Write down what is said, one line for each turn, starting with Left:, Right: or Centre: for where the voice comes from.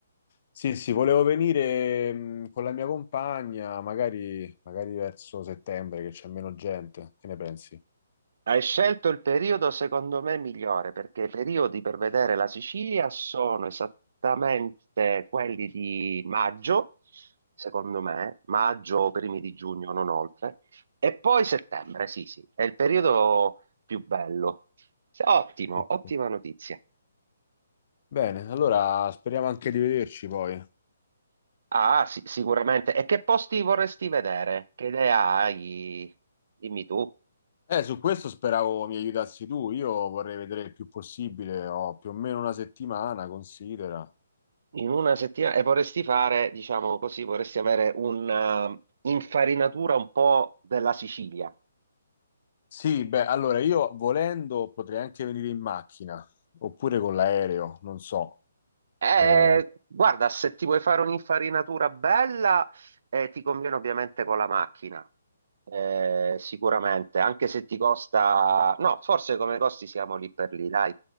Left: sì, sì, volevo venire mh, con la mia compagna, magari, magari verso settembre che c'è meno gente, che ne pensi?
Right: Hai scelto il periodo secondo me migliore perché i periodi per vedere la Sicilia sono esattamente quelli di maggio, secondo me, maggio o primi di giugno, non oltre, e poi settembre, sì, sì, è il periodo più bello. Sì, Ottimo,
Left: Ok.
Right: ottima notizia.
Left: Bene, allora speriamo anche di vederci poi.
Right: Ah, sì, sicuramente. E che posti vorresti vedere? Che idea hai? Dimmi tu.
Left: Eh, su questo speravo mi aiutassi tu, io vorrei vedere il più possibile, ho più o meno una settimana, considera.
Right: In una settimana e vorresti fare, diciamo così, vorresti avere un'infarinatura un po' della Sicilia.
Left: Sì, beh, allora io volendo potrei anche venire in macchina oppure con l'aereo, non so.
Right: Eh,
Left: Eh,
Right: guarda, se ti vuoi fare un'infarinatura bella, eh, ti conviene ovviamente con la macchina. Eh, sicuramente, anche se ti costa, no, forse come costi siamo lì per lì, dai.